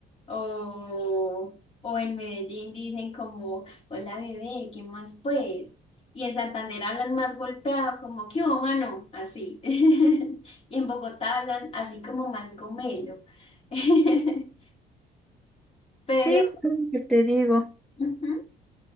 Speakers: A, on the left (about 35°); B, in the centre.
A: O, o en Medellín dicen como, hola bebé, ¿qué más pues? Y en Santander hablan más golpeado, como, ¿qué hubo, mano? Así. <laughs> Y en Bogotá hablan así como más gomelo. <laughs> Pero,
B: Sí, pues, yo te digo.
A: ujú.